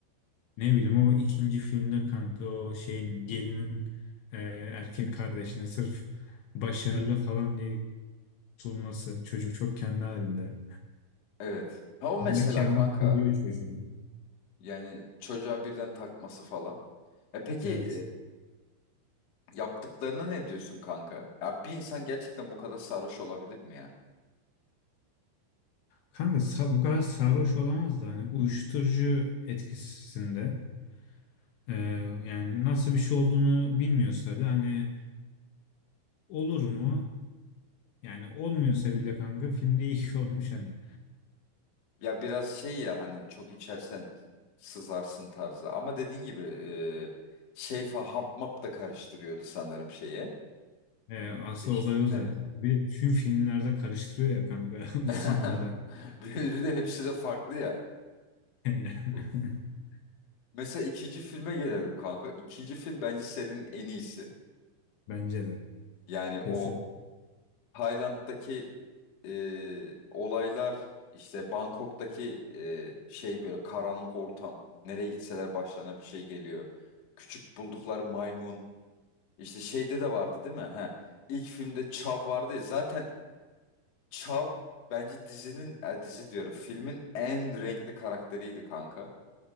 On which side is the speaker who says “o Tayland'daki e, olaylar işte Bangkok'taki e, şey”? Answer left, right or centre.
Left